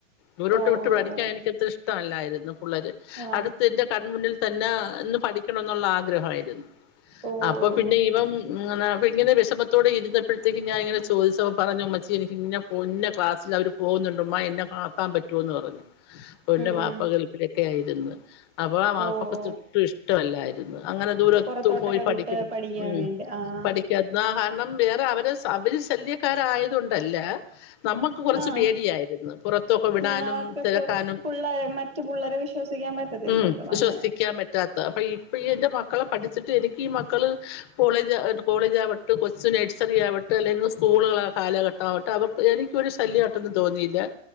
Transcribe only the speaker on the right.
ഓ
ഓ
ഓ
ആഹ്
ഓ
ഓ
ഉം
ഉം
ഓ ഓ
പുറത്തോട്ടൊക്കെ
വിട്ട് പഠിക്കാൻ
വേണ്ടി ആഹ്
ആഹ്
ഉം അവക്ക്
പു പുള്ളേരെ മറ്റു പുള്ളേരെ വിശ്വസിക്കാൻ പറ്റത്തില്ലല്ലോ
അങ്ങനെ